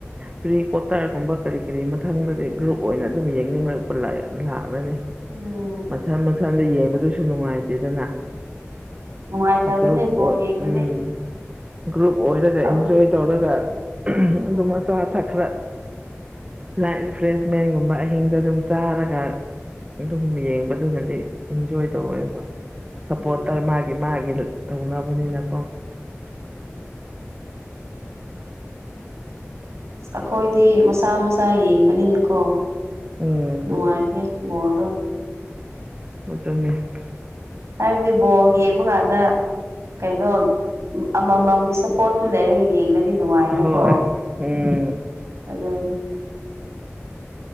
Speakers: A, on the right; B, on the right.
A: ꯄ꯭ꯔꯤ ꯀ꯭ꯋꯥꯇꯔꯒꯨꯝꯕ ꯀꯔꯤ ꯀꯔꯤ ꯃꯊꯪꯗꯗꯤ ꯒ꯭ꯔꯨꯞ ꯑꯣꯏꯅ ꯑꯗꯨꯝ ꯌꯦꯡꯅꯤꯡꯂꯛꯄ ꯂꯥꯛꯑꯂꯅꯤ
B: ꯎꯝ
A: ꯃꯊꯟ ꯃꯊꯟꯗ ꯌꯦꯡꯕꯗꯁꯨ ꯅꯨꯡꯉꯥꯏꯇꯦꯗꯅ
B: ꯅꯨꯡꯉꯥꯏꯇꯕꯅꯦ
A: ꯭ꯒꯔꯨꯞ
B: ꯕꯣꯜ
A: ꯑꯣꯏ
B: ꯌꯦꯡꯕꯗꯤ
A: ꯎꯝ ꯒ꯭ꯔꯨꯞ ꯑꯣꯏꯔꯒ
B: ꯑꯝ
A: ꯏꯟꯖꯣꯏ ꯇꯧꯔꯒ ꯑꯗꯨꯝ ꯑꯆꯥ ꯑꯊꯛ ꯈꯔ ꯂꯥꯏꯠ ꯔꯤꯐ꯭ꯔꯦꯁꯃꯦꯟꯒꯨꯝꯕ ꯑꯍꯤꯡꯗ ꯑꯗꯨꯝ ꯆꯥꯔꯒ ꯑꯗꯨꯝ ꯌꯦꯡꯕꯗꯨꯅꯗꯤ ꯏꯟꯖꯣꯏ ꯇꯧꯋꯦꯕ ꯁꯞꯄꯣꯔꯠꯇꯔ
B: ꯎꯝ
A: ꯃꯥꯒꯤ ꯃꯥꯒꯤ ꯇꯧꯅꯕꯅꯤꯅꯀꯣ
B: ꯑ ꯑꯩꯈꯣꯏꯗꯤ ꯃꯁꯥ ꯃꯁꯥ ꯌꯦꯡꯕꯅꯤꯅꯀꯣ
A: ꯎꯝ
B: ꯅꯨꯡꯉꯥꯏꯇꯦ ꯕꯣꯜꯗꯣ
A: <unintelligible>
B: ꯍꯥꯏꯕꯗꯤ ꯕꯣꯜ ꯌꯦꯡꯕ ꯀꯥꯟꯗ ꯀꯩꯅꯣ ꯑꯃꯃꯝꯒꯤ ꯁꯞꯄꯣꯔꯠꯇꯨ ꯂꯩꯔꯒ ꯌꯦꯡꯗꯗꯤ ꯅꯨꯡꯉꯥꯏꯅꯀꯣ
A: ꯍꯣꯏ ꯎꯝ
B: ꯑꯗꯨꯅ